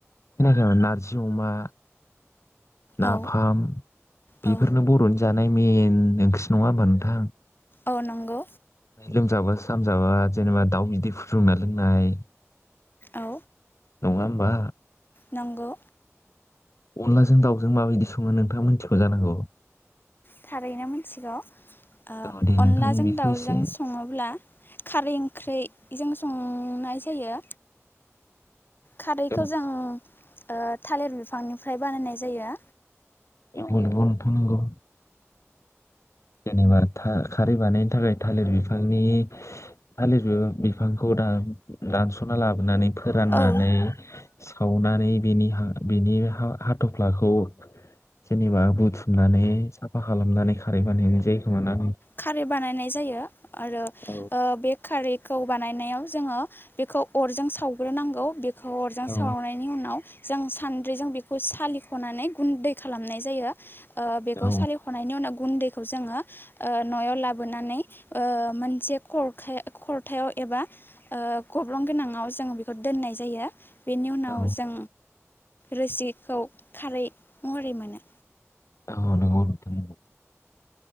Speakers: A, on the left; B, on the left.
A: <unintelligible> नार्जि अमा नाफाम
B: औ
A: बेफोरनो
B: औ
A: बर'नि जानाय मेन ओंख्रि नङा होमबा नोंथां?
B: औ नंगौ।
A: लोमजाबा सामजाबा जेनेबा दाउ बिदै फुदुंना लोंनाय।
B: औ।
A: नङा होमबा?
B: नंगौ।
A: अनलाजों दाउ जों माबायदि सङो नोंथाङा मोन्थिगौ जानांगौ।
B: थारैनो मिनथिगौ ओ
A: औ दे
B: अनलाजों
A: नोंथां बेखौ
B: दाउजों
A: एसे
B: सङोब्ला खारै ओंख्रैजों संनाय जायो खारैखौ
A: औ
B: जों ओ थालेर बिफांनिफ्राय बानायनाय जायो
A: <unintelligible> थां नोंगौ जेनेबा था खारै बानायनायनि थाखाय थालिर बिफांनि थालिर बिफां बिफांखौ दान दानसना लाबोनानै फोराननानै
B: ओ औ
A: सावनानै बेनि हा बेनि हा हाथफ्लाखौ जेनेबा बुथुमनानै साफा खालामनानै खा बानायहैनाय जायो खोमाना
B: खारै बानायनाय जायो आरो ओ
A: औ
B: बे खारै खौ बानायनायाव जोङो बेखौ अरजों सावग्रोनांगौ बे खौ अरजों
A: औ
B: सावनायनि उनाव जों सानद्रिजों बेखौ सालिखनानै गुनदै खालामनाय जायो ओ बेखौ
A: औ
B: सालिखनायनि उनाव गुनदै खौ जोङो ओ नयाव लाबोनानै ओ मोनसे खरखाय खर थायाव एबा ओ गब्लं गोनाङाव जों बेखौ दोननाय जायो बेनि उनाव
A: औ
B: जों रोसिखौ खारै महरै मोनो
A: औ औ नंगौ नोंथां